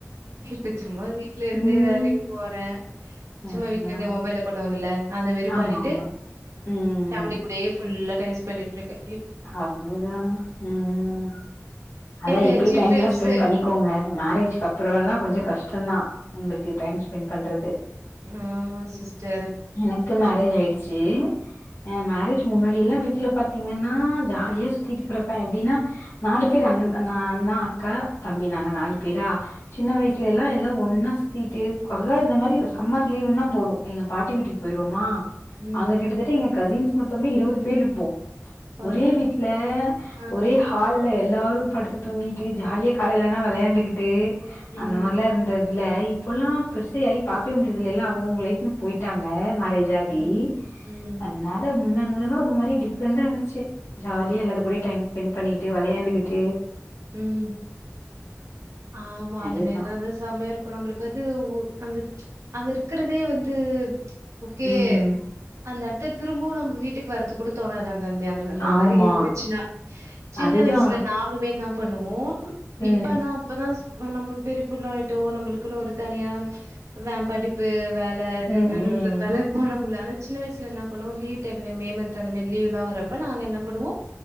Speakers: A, on the right (about 70°); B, on the left (about 65°).
A: இப்ப சும்மா வீட்ல இருந்தே
B: ம்
A: வேலைக்கு போறேன் சும்மா
B: அதுதா
A: வீட்ல இருந்தே மொபைல்ல பண்ணுவாங்கல்ல அந்த மாரி
B: ஆமா
A: பண்ணிட்டு
B: ஆமா ம்
A: ஃபேம்லி கூடயே ஃபுல்லா டைம் ஸ்பெண் பண்ணிட்டு இருக்கே
B: அவ்ளவுதா உம் ம் அதா
A: எப்பயாச்சும்
B: இப்பயே டைம்லாம்
A: ஃப்ரெண்ட்ஸு
B: ஸ்பெண்ட் பண்ணி கோங்க மேரேஜ்க்கு அப்புறம் எல்லாம் கொஞ்ச கஷ்டம்தா உங்ளுக்கு டைம் ஸ்பெண்ட் பண்றது
A: ஆமா சிஸ்டர்
B: எனக்கு மேரேஜ் ஆயிடுச்சு அ மேரேஜ் முன்னாடிலா வீட்ல பாத்தீங்க நா ஜாலியா சுத்திகிட்டு கிடப்பேன் எப்டினா நாலு பேர் அண்ண நா அண்ணா அக்கா தம்பி நாங்க நாலு பேரா சின்ன வயசுல எல்லா எல்லாம் ஒண்ணா சுத்திட்டு கொர்ற இந்த மாரி சம்மர் லீவுனா போதும் எங்க பாட்டி வீட்டுக்கு போயிருவோமா
A: ம்.
B: அங்க கிட்டத்தட்ட எங்க கசின்ஸ் மொத்தமே இருவது பேரு இருப்போ
A: பாரா
B: ஒரே வீட்ல
A: ஆ,
B: ஒரே ஹா ஹால்ல எல்லாரும் படுத்து தூங்கிட்டு ஜாலியா காலையில ஆனா விளையாண்டுகிட்டு
A: ம்,
B: அந்த மாரிலாம் இருந்தது இல்ல இப்பெல்லாம் பெருசை ஆயி பாக்கவே முடியுறது இல்ல எல்லா அவுங்க அவுங்க லைஃப்னு போயிட்டாங்க மேரேஜ் ஜாகி
A: ம், ம்,
B: அதுனால முன்னன்ல்லா ஒரு மாரி டிஃப் ரெண்டா இருந்துச்சு ஜாலியா எல்லாத்து கூடயும் டைம் ஸ்பெண்ட் பண்ணிட்டு விளையாண்டுகிட்டு
A: ம் ஆமா
B: அதுதா
A: அந்த மாரிலா இருந்தா செமயா இருக் கு நம்புளுக்கு வந்து உ அந்த அங்க இருக்குறதே வந்து ஓகே
B: ம்
A: அந்த இடத்துக்கு திரும்பவும் நம்ம வீட்டுக்கு வர்றது கூட தோணாது இந்த மா அந்த
B: ஆமா
A: மாரி இருந்துச்சுன்னா சின்ன
B: அதுதா
A: வயசுல நாங்களுமே என்னா பண்ணுவோ
B: ம்
A: இப்பனா இப்பதான் நம்ம பெரியப்புள்ள ஆயிட்டோ நம்புளுக்குனு ஒரு தனியா வேம்படி பு வேல அது
B: ம்
A: இது
B: ம்
A: இதுன்றதாலே மனபுல ஆனா சின்ன வயசுல என்ன பண்ணுவோம் லீவ் டைம்ல மே மந்த் அந்த மாரி லீவ்லா வரப்ப நாங்க என்ன பண்ணுவோம்